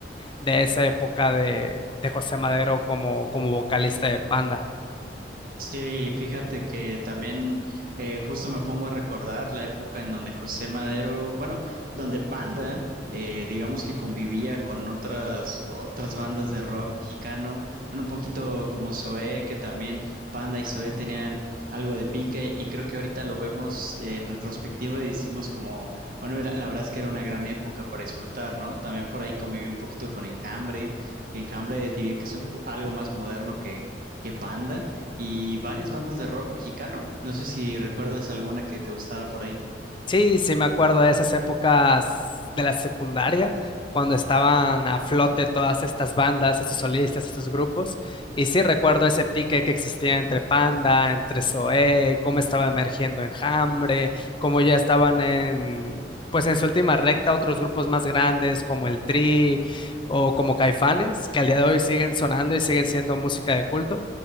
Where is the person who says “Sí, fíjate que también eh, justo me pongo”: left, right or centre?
Right